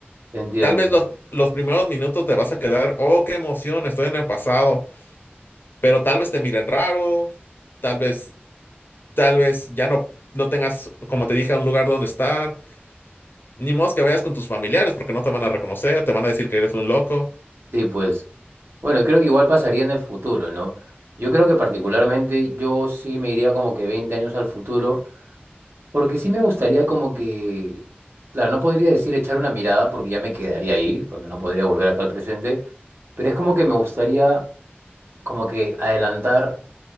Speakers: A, on the right; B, on the left.
A: Entiendo.
B: Tal vez los, los primeros minutos te vas a quedar, oh, qué emoción, estoy en el pasado, pero tal vez te miren raro, tal vez, tal vez ya no, no tengas, como te dije, un lugar donde estar, ni modo que vayas con tus familiares porque no te van a reconocer, te van a decir que eres un loco.
A: Sí, pues. Bueno, creo que igual pasaría en el futuro, ¿no? Yo creo que particularmente yo sí me iría como que 20 años al futuro, porque sí me gustaría como que, claro, no podría decir echar una mirada porque ya me quedaría ahí, porque no podría volver acá al presente, pero es como que me gustaría como que adelantar.